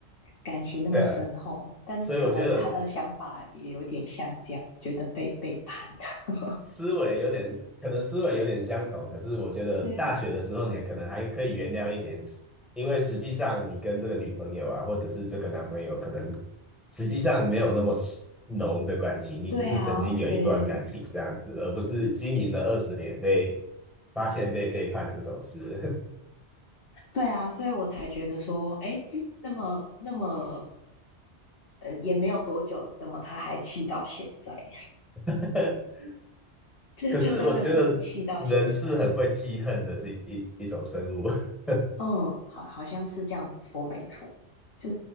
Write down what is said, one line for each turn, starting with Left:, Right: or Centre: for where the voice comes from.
Left: 感情那么深厚，
Centre: 对啊，
Left: 但可能他的想法也有点像这样，
Centre: 所以我觉得
Left: 觉得被背叛。<laughs>
Centre: 思维有点，可能思维有点相同，可是我觉得大学的时候你可能还可以原谅一点，
Left: 对，
Centre: 因为实际上你跟这个女朋友啊，或者是这个男朋友，可能实际上没有那么浓的感情，你只是曾经有一段感情这样子，
Left: 对啊，对，
Centre: 而不是经营了二十年被发现被背叛这种事。
Left: 对啊，所以我才觉得说，哎，那么那么，呃，也没有多久，怎么他还气到现在？<laughs>
Centre: <laughs>
Left: 就就真的是气到现在。
Centre: 可是我觉得人是很会记恨的，是一一种生物。<laughs>
Left: 嗯，好，好像是这样子说，没错。就